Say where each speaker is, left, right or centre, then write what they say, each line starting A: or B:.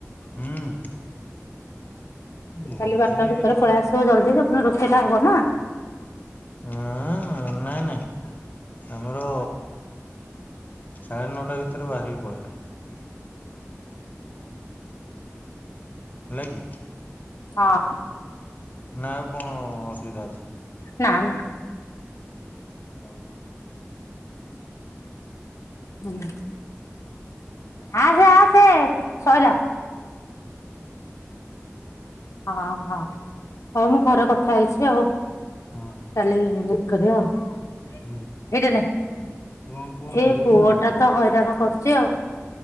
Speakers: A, on the left (about 35°); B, on the left (about 70°).
A: ହୁଁ ଭୋଜି
B: କାଲି ବାରଟା ଭିତରେ ପଳେଇ ଆସିବ ଜଲ୍ଦୀ ଆ ରୋଷେଇ ଟା ହବ ନା
A: ଆଁ ନାଇଁ ନାଇଁ ଆମର ସାଢ଼େ ନଅଟା ଭିତରେ ବାହାରିକି ପଳେଇବା। ହେଲା କି
B: ହଁ
A: ନା ଆଉ କଣ ଅସୁବିଧା ଅଛି?
B: ନା ନା
A: ହଉ
B: ହୁଁ ହଁ ଆସେ ଆସେ ସରିଲା। ହଁ ହଁ ହଉ ମୁଁ ଘରେ କଥା ହେଇଛି ଆଉ।
A: ହଁ
B: କାଲି ନିମତି କରିବା ଆଉ
A: ହୁଁ
B: ଏଇଟା ନାଇଁ
A: କଣ ପୁଅ କାନ୍ଦୁଛି
B: ଏ ପୁଅଟା
A: ନା କଣ?
B: ତ ହଇରାଣ କରୁଛି ଆଉ।